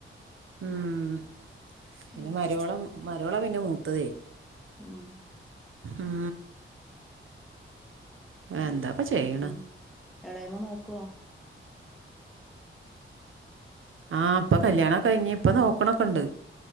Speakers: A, on the right (about 70°); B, in the centre.
A: ഉം പിന്ന
B: അത്
A: മരുമോള മരുമോള പിന്നെ മൂത്തതേ
B: മു
A: ഉം എന്താപ്പ
B: അ
A: ചെയ്യണ
B: ആ എളേമ്മ നോക്ക്വോ
A: ആ ഇപ്പ കല്യാണം കഴിഞ്ഞ് ഇപ്പം നോക്ക്ണൊക്കെണ്ട്